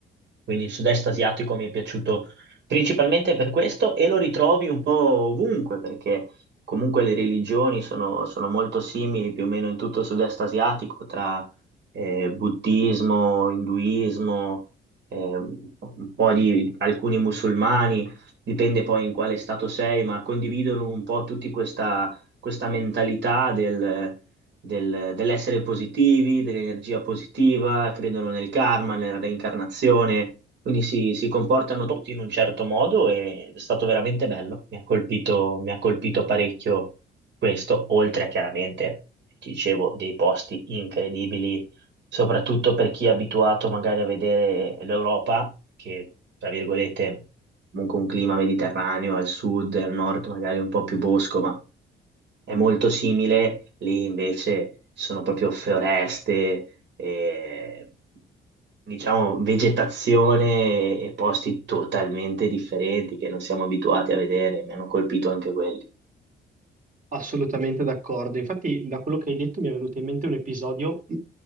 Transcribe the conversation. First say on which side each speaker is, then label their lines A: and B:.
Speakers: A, on the right; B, on the right.
A: Quindi il sud-est asiatico mi è piaciuto principalmente per questo e lo ritrovi un po' ovunque perché comunque le religioni sono, sono molto simili più o meno in tutto il sud-est asiatico tra eh, buddismo, induismo, eh, un po' di alcuni musulmani dipende poi in quale stato sei, ma condividono un po' tutti questa, questa mentalità del- del- dell'essere positivi, dell'energia positiva, credono nel karma, nella reincarnazione, quindi si, si comportano tutti in un certo modo e è stato veramente bello, mi ha colpito, mi ha colpito parecchio questo, oltre a chiaramente, ti dicevo, dei posti incredibili soprattutto per chi è abituato magari a vedere l'Europa, che tra virgolette comunque un clima mediterraneo al sud e al nord, magari un po' più bosco, ma è molto simile. Lì invece ci sono proprio foreste, e, diciamo vegetazione e posti totalmente differenti che non siamo abituati a vedere. Mi hanno colpito anche quelli.
B: Assolutamente d'accordo. Infatti, da quello che hai detto mi è venuto in mente un episodio <clears throat>